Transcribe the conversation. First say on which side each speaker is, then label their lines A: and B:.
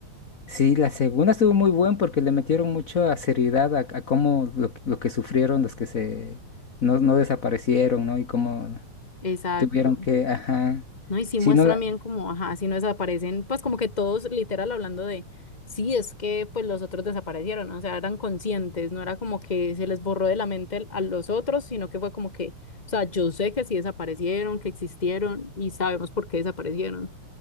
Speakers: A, on the left; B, on the left.
A: sí, la segunda estuvo muy buena porque le metieron mucha seriedad a, a cómo lo, que lo que sufrieron los que se no, no desaparecieron, ¿no? Y cómo
B: Exacto.
A: tuvieron que, ajá,
B: ¿no? Y sí
A: sí,
B: muestran
A: no, la-
B: bien como, ajá, si no desaparecen, pues como que todos literal hablando de, sí, es que pues los otros desaparecieron, ¿no? O sea, eran conscientes, no era como que se les borró de la mente el- a los otros, sino que fue como que, o sea, yo sé que sí desaparecieron, que existieron y sabemos por qué desaparecieron.